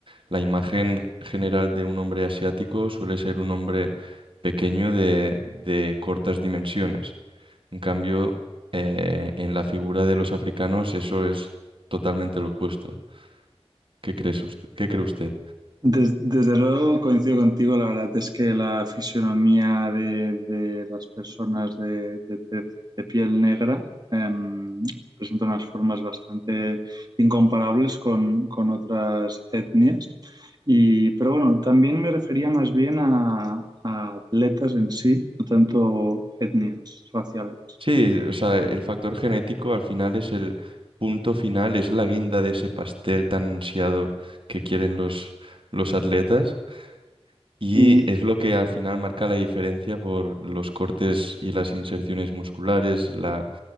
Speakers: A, on the right; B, on the right.
A: la imagen general de un hombre asiático suele ser un hombre pequeño de de cortas dimensiones. En cambio, eh, en la figura de los africanos eso es totalmente lo opuesto. ¿Qué crees us- qué cree usted?
B: Des- desde luego coincido contigo, la verdad es que la fisionomía de, de las personas de, de tez- de piel negra em, presenta unas formas bastante incomparables con, con otras etnias. Y, pero bueno, también me refería más bien a, a atletas en sí, no tanto etnias raciales.
A: Sí, o sea, el factor genético al final es el punto final, es la guinda de ese pastel tan ansiado que quieren los, los atletas y
B: Y
A: es lo que al final marca la diferencia por los cortes y las inserciones musculares, la